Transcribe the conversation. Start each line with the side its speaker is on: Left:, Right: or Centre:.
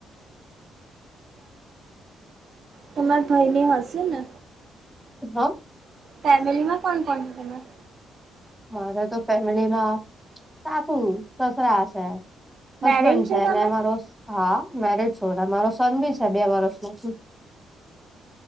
Right: તમાર ભાઈની હશે ને.
Centre: હા.
Right: ફેમિલી માં કોણ કોણ છો તમે.
Centre: મારે તો ફેમિલીમાં સાસુ સસરા શે. હસબેન્ડ
Right: મેરીડ છો
Centre: છે
Right: તમે
Centre: ને મારો હા મેરજ છો ને મારો સન ભી છે બે વર્ષ ન શું.